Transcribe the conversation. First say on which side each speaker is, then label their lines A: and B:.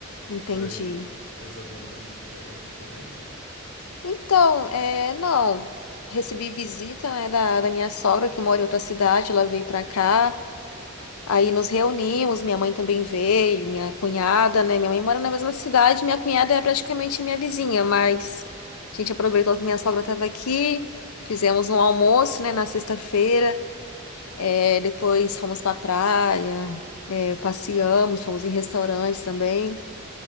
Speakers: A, on the left (about 85°); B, on the left (about 70°).
A: Entendi.
B: E por aí, fez alguma coisa de diferente também?
A: Então, é, não, recebi visita, né, da, da minha sogra que mora em outra cidade, ela veio pra cá. Aí nos reunimos, minha mãe também veio, minha cunhada, né? Minha mãe mora na mesma cidade, minha cunhada é praticamente minha vizinha, mas a gente aproveitou que minha sogra estava aqui, fizemos um almoço, né, na sexta-feira, é, depois fomos para praia, é, passeamos, fomos em restaurantes também.